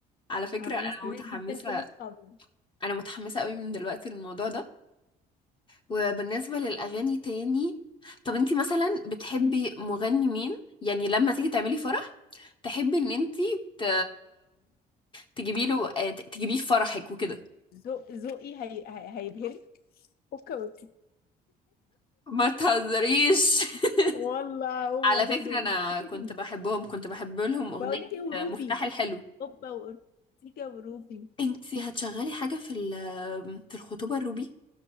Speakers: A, on the left; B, on the left.
A: على فكره
B: هبقى
A: انا
B: مستنية
A: متحمسه
B: جدا كل اصحابنا
A: انا متحمسه قوي من دلوقتي للموضوع ده وبالنسبه للاغاني تاني طب انت مثلا بتحبي مغني مين يعني لما تيجي تعملي فرح تحبي ان انت ت... تجيبي له تجيبيه في فرحك وكده
B: ذوق ذوقي هي... هي... هيبهرك اوكي اوكي
A: ما تهزريش <laughs>
B: والله هو
A: على
B: ده
A: فكره
B: ذوقي
A: انا
B: <laughs>
A: كنت بحبهم كنت بحب لهم
B: بقول
A: اغنيه
B: لك ايه وروبي
A: مفتاح الحلو
B: اوبا وأورتيجا وروبي
A: انتي هتشغلي حاجة في ال- في الخطوبة الروبي